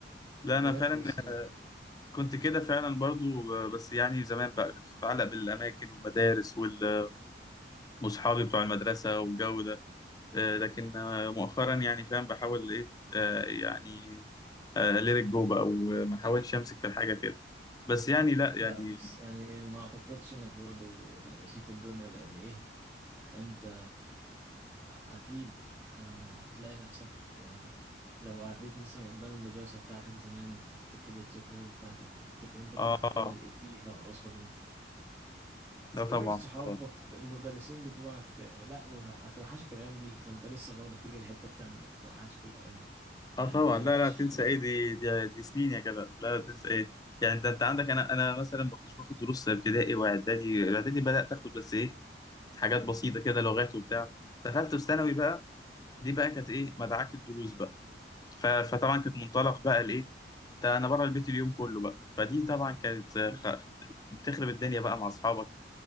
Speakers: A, on the left; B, on the right.
A: لا
B: بجد
A: انا فعلا
B: يا اسطى يعني
A: كنت كده فعلا برضو آه، بس يعني زمان بقى كنت بتعلق بالأماكن والمدارس وال- وأصحابي بتوع المدرسة والجو ده آه، لكن آه، مؤخرا يعني فاهم بحاول إيه آه، يعني ليت جو بقى وما أحاولش أمسك في الحاجة كده بس يعني لا يعني
B: لا بس يعني ما اعتقدش انك برضو نسيت الدنيا لان ايه انت اكيد هتلاقي نفسك لو عديت مثلا قدام المدرسه بتاعتك زمان تفتكر الذكريات بتاعتك تفتكر انت كنت
A: آه
B: بتعمل ايه فيها اصلا
A: لا
B: تفتكر
A: طبعا
B: صحابك
A: طبعا
B: المدرسين بتوعك آه، لا وه- هتوحشك الايام دي فانت لسه برضه فيك الحته بتاع انك بتوحشك الايام دي
A: آه
B: يعني
A: طبعا
B: ما تقلقش
A: لا لا تنسى
B: <laughs>
A: إيه دي دي, دي سنين يا كده لا لا تنسى إيه يعني أنت أنت عندك أنا أنا مثلا ما كنتش باخد دروس ابتدائي وإعدادي إعدادي بدأت آخد بس إيه حاجات بسيطة كده لغات وبتاع دخلت في ثانوي بقى دي بقى كانت ايه مدعاك الدروس بقى ف- فطبعا كانت منطلق بقى لايه انت انا بره البيت اليوم كله بقى فدي طبعا كانت آه،
B: مم.
A: خ- بتخرب الدنيا بقى مع اصحابك